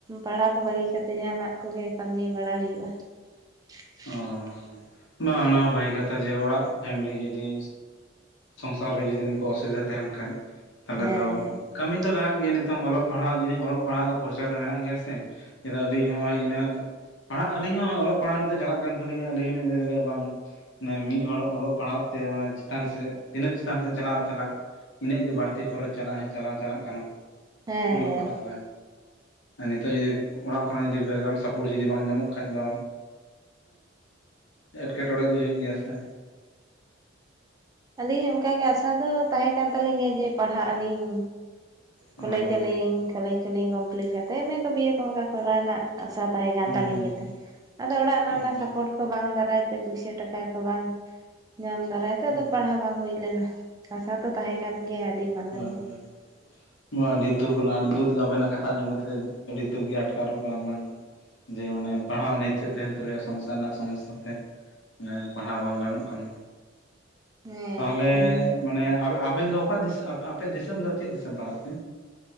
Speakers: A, on the right; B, on the left.
A: ᱯᱟᱲᱦᱟᱣ ᱠᱚ ᱵᱟᱹᱜᱤ ᱠᱟᱛᱮ ᱡᱟᱦᱟᱱᱟᱜ ᱠᱚᱜᱮ ᱠᱟᱹᱢᱤ ᱵᱟᱲᱟ ᱦᱩᱭᱩᱜᱼᱟ᱾ <inaudible>
B: ᱚ ᱵᱟᱝ ᱚᱱᱟ ᱦᱚ ᱵᱷᱟᱹᱜᱤ ᱠᱟᱛᱷᱟ ᱡᱮ ᱚᱲᱟᱜ ᱯᱷᱮᱢᱮᱞᱤ ᱡᱩᱫᱤ ᱥᱚᱝᱥᱟᱨ ᱨᱮ ᱡᱚᱫᱤ ᱱᱩᱠᱩ ᱚᱥᱩᱵᱤᱫᱟ ᱛᱟᱦᱮᱱ ᱠᱷᱟᱡ ᱛᱟᱦᱚᱞᱮ
A: ᱦᱮᱸ
B: ᱫᱚ
A: ᱦᱮᱸ
B: ᱠᱟᱹᱢᱤ ᱫᱚ ᱞᱟᱜᱟᱜ ᱜᱮᱭᱟ ᱱᱤᱛᱚᱝ ᱚᱞᱚᱜ ᱯᱟᱲᱦᱟᱜ ᱯᱟᱲᱦᱟᱜ ᱡᱩᱫᱤ ᱚᱞᱚᱜ ᱯᱟᱲᱦᱟᱜ ᱫᱚ ᱠᱷᱚᱨᱪᱟ ᱫᱚ ᱢᱮᱱᱟᱜ ᱜᱮᱭᱟ ᱥᱮ ᱟᱞᱤᱧ ᱦᱚᱸᱜᱼ ᱤᱱᱟᱹ ᱯᱟᱲᱦᱟᱜ, ᱟᱹᱞᱤᱧ ᱦᱚᱸ ᱚᱞᱚᱜ ᱯᱟᱲᱦᱟᱜ ᱱᱤᱛᱚᱜ ᱪᱟᱞᱟᱜ ᱠᱟᱱ ᱛᱟᱹᱞᱤᱧᱟ ᱟᱹᱞᱤᱧ ᱦᱚᱸ ᱞᱤᱧ ᱞᱟᱹᱭ ᱮᱫᱟ ᱵᱟᱝ ᱢᱟᱱᱮ, ᱢᱤᱫ ᱦᱚᱲ ᱚᱞᱚᱜ ᱯᱟᱲᱦᱟᱣ ᱛᱮ, ᱢᱟᱱᱮ ᱪᱮᱛᱟᱱ ᱥᱮᱫ ᱛᱤᱱᱟᱹᱜ ᱪᱮᱛᱟᱱ ᱥᱮᱫ ᱪᱟᱞᱟᱜ- ᱪᱟᱞᱟᱜ ᱤᱱᱟᱹᱜ ᱜᱮ ᱵᱟᱹᱲᱛᱤ ᱠᱷᱚᱨᱚᱪ ᱪᱟᱞᱟᱣ ᱪᱟᱞᱟᱜ ᱪᱟᱞᱟᱜ ᱠᱟᱱᱟ
A: ᱦᱮᱸ
B: ᱚᱞᱚᱜ-ᱯᱟᱲᱦᱟᱜ
A: ᱦᱮᱸ
B: ᱨᱮ ᱱᱤᱛᱚᱜ ᱡᱩᱫᱤ ᱚᱲᱟᱜ ᱠᱷᱚᱱᱟᱜ ᱡᱩᱫᱤ ᱵᱮᱠᱜᱨᱟᱣᱩᱱᱰ ᱥᱟᱯᱳᱨᱴ ᱡᱩᱫᱤ ᱵᱟᱝ ᱧᱟᱢᱚᱜ ᱠᱷᱟᱡ ᱫᱚ ᱮᱴᱠᱮᱴᱬᱮ ᱫᱚ ᱦᱩᱭᱩᱜ ᱜᱮᱭᱟ ᱥᱮ
A: ᱟᱹᱞᱤᱧᱟᱜ ᱚᱱᱠᱟᱜᱮ ᱟᱥᱟ ᱫᱚ ᱛᱟᱦᱮᱸ ᱠᱟᱱ ᱛᱟᱹᱟᱞᱤᱧ ᱜᱮᱭᱟ ᱡᱮ ᱯᱟᱲᱦᱟᱜ ᱟᱹᱞᱤᱧ
B: ᱚ
A: ᱠᱚᱞᱮᱮᱡ ᱟᱹᱞᱤᱧ, ᱠᱚᱞᱮᱡᱽ ᱠᱚᱞᱤᱧ ᱠᱚᱢᱯᱞᱤᱴ ᱠᱟᱛᱮᱫ ᱮᱢᱮ ᱠᱚ ᱵᱤᱭᱮ ᱚᱱᱠᱟ ᱠᱚᱨᱟᱣᱱᱟ ᱟᱥᱟ ᱛᱟᱦᱮᱸ ᱠᱟᱱ
B: ᱦᱩᱸ
A: ᱛᱟᱹᱟᱞᱤᱧ
B: ᱦᱩᱸ
A: ᱡᱮᱛᱮ ᱟᱫᱚ ᱚᱲᱟᱜ ᱨᱮᱱᱟᱜ
B: ᱚ
A: ᱚᱱᱟ ᱥᱟᱯᱳᱨᱴ ᱠᱚ ᱵᱟᱝ ᱫᱟᱨᱟᱭ ᱛᱮ ᱯᱩᱭᱥᱟᱹ ᱴᱟᱠᱟ ᱠᱚ ᱵᱟᱝ ᱧᱟᱢ ᱫᱟᱨᱟᱭ ᱛᱮ, ᱟᱫᱚ
B: ᱚ
A: ᱯᱟᱲᱦᱟᱣ ᱵᱟᱝ ᱦᱩᱭ ᱞᱮᱱᱟ ᱟᱥᱟ ᱛᱚ ᱛᱟᱦᱮᱸ ᱠᱟᱱ ᱜᱮᱭᱟ ᱟᱹᱰᱤ ᱢᱟᱨᱟᱝ
B: ᱦᱳᱭ ᱦᱳᱭ
A: ᱜᱮ
B: ᱱᱚᱣᱟ ᱟᱹᱰᱤ ᱫᱩᱠ ᱠᱟᱱᱟ ᱫᱩᱠ ᱟᱵᱮᱱᱟᱜ ᱠᱟᱛᱷᱟ ᱟᱸᱡᱚᱢ ᱠᱟᱛᱮᱫ ᱟᱹᱰᱤ ᱫᱩᱠ ᱜᱮ ᱟᱴᱠᱟᱨᱚᱜ ᱠᱟᱱᱟ ᱵᱟᱝ ᱡᱮ ᱢᱟᱱᱮ ᱯᱟᱲᱦᱟᱣ ᱤᱪᱪᱷᱟᱹ ᱛᱟᱦᱮᱱ ᱛᱩᱞᱩᱭᱟ ᱥᱚᱝᱥᱟᱨ ᱨᱮᱱᱟᱜ ᱥᱚᱢᱚᱥᱥᱟ ᱛᱮ ᱢᱮ ᱯᱟᱲᱦᱟᱣ ᱵᱟᱝ ᱜᱟᱱᱚᱜ ᱠᱟᱱᱟ
A: ᱦᱮᱸ
B: ᱛᱟᱦᱚᱞᱮ
A: ᱮᱠᱫᱚᱢ
B: ᱢᱟᱱᱮ ᱟᱵᱮᱱ ᱫᱚ ᱚᱠᱟ ᱟᱯᱮ ᱫᱤᱥᱚᱢ ᱫᱚ ᱪᱮᱫ ᱫᱤᱥᱚᱢ ᱯᱟᱲᱟᱜ ᱛᱮ